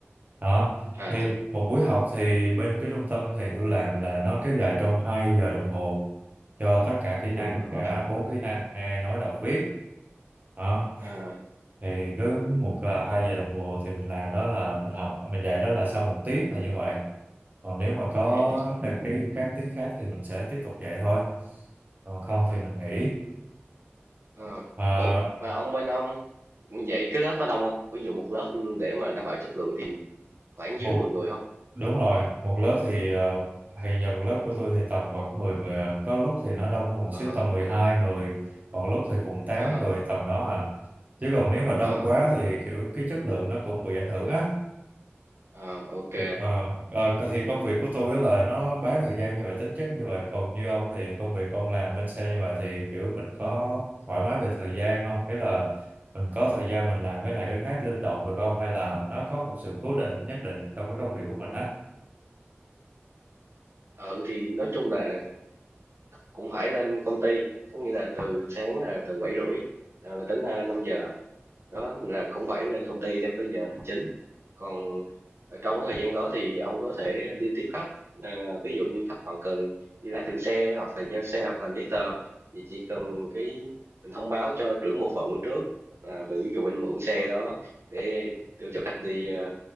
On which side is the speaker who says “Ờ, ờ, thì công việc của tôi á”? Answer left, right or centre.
Right